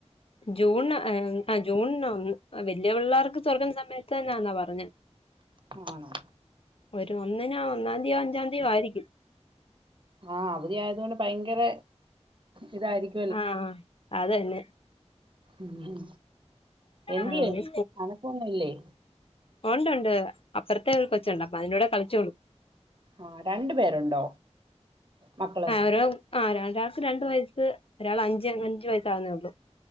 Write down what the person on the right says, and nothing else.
ആണോ
ആഹ് അവധി ആയതുകൊണ്ട് ഭയങ്കര ഇതായിരിക്കും
ഉം എന്ത്യ
തണപൊന്നുല്ലേ
ആ രണ്ടു പേരുണ്ടോ മക്കള്